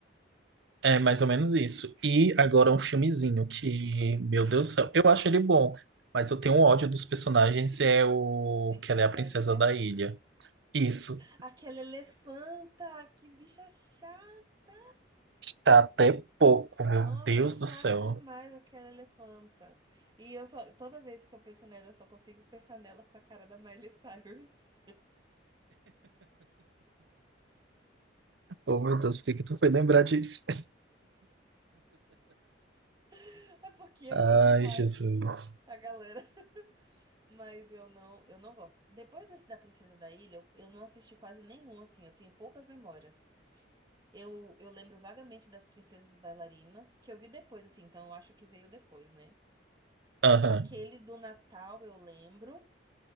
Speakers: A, on the right (about 70°); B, on the right (about 20°).
A: É mais
B: Ó,
A: ou menos isso. E agora
B: é
A: um filmezinho que, meu Deus do céu, eu acho ele bom, mas eu tenho um ódio dos personagens, é o
B: Princesa
A: que ela é a princesa
B: da Ilha.
A: da ilha. Isso,
B: Aquela elefanta! Que bicha chata!
A: tá até pouco, meu
B: Nossa,
A: Deus
B: chata
A: do céu.
B: demais aquela elefanta. E eu só, toda vez que eu penso nela, eu só consigo pensar nela com a cara da Miley Cyrus.
A: Oh, meu Deus, por que que tu foi lembrar disso? <laughs>
B: <laughs> É porque é
A: Ai,
B: bom demais.
A: Jesus.
B: A galera. <laughs> Mas eu não, eu não gosto. Depois desse da Princesa da Ilha, eu, eu não assisti quase nenhum, assim. Eu tenho poucas memórias. Eu, eu lembro vagamente das Princesas Bailarinas, que eu vi depois, assim. Então eu acho que veio depois, né?
A: Aham.
B: Aquele do Natal eu lembro,